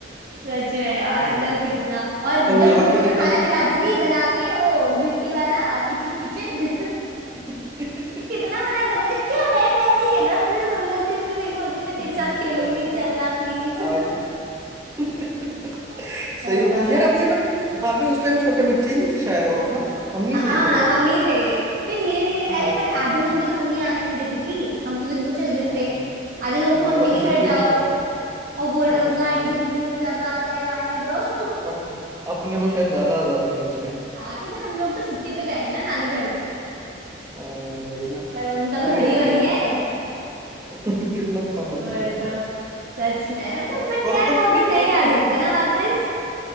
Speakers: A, on the right; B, on the right.
A: सच में यार
B: यार
A: मतलब कितना और
B: तब
A: जब
B: यार
A: हमने
B: कितने
A: तेरे को
B: टाइप
A: खाना
B: की
A: खिलाती
B: गेम थी
A: थी बना के वो मिट्टी वाला किचन किचन <laughs>
B: <laughs>
A: वो कितना मना करता था क्या है मैं नहीं खेल रहा हम तो जबरदस्ती भी मैं तेरे को बोलती थी
B: हम्म।
A: मैं तेरे साथ खेलूंगी
B: भाई,
A: चलना प्लीज
B: आप <laughs>
A: <laughs>
B: सही
A: अरे
B: होता था। यार अपने पर वहां पे उस टाइम छोटे बच्चे ही नहीं थे शायद और ना हम ही
A: हाँ
B: थे शायद
A: हम ही थे फिर धीरे धीरे
B: हाँ
A: अरे पर आधे लोगों की तो मम्मी आने नहीं देती थी हम तो दिन को चल देते
B: हाँ
A: थे आधे
B: अब
A: लोगों
B: हमारा
A: की मम्मी
B: तो
A: के घर
B: फिर
A: जाओ
B: भी तोड़
A: और बोलो
B: हाँ
A: उनका आंटी प्लीज सब आ गए आने दो <laughs>
B: अब अपने को शायद ज्यादा आजादी थी उस टाइम
A: हाँ क्योंकि हम लोग तो छुट्टी पे गए हैं ना नानी घर
B: वही ना
A: पर उनका तो
B: सही
A: घर
B: रहता
A: ही वही
B: था यार
A: है
B: कितना <laughs> कितना फन होता
A: वही
B: था यार
A: तो सच में मतलब
B: यार
A: बट यार
B: और तब
A: वो
B: कितने
A: दिन नहीं
B: गेम्स
A: आ
B: भी
A: सकते
B: खेलते
A: ना
B: थे
A: वापस
B: ना